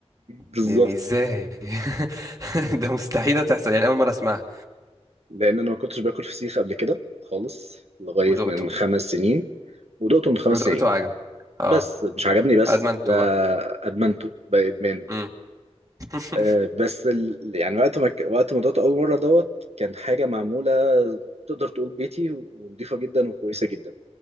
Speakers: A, on the right; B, on the right.
A: بالظبط
B: يعني ازاي <laughs> ده مستحيله تحصل يعني اول مره اسمعها
A: لأن أنا ما كنتش باكل فسيخ قبل كده خالص لغاية
B: ودقته
A: من خمس سنين ودقته من خمس
B: ودقته
A: سنين
B: عجب اه
A: بس مش عجبني بس
B: ادمنته
A: ده
B: بقى
A: أدمنته بقى إدمان
B: مم. <laughs>
A: أه، بس ال... يعني وقت ما ك- وقت ما دقته أول مرة دوت كان حاجة معمولة تقدر تقول بيتي ونضيفة جدا وكويسة جدا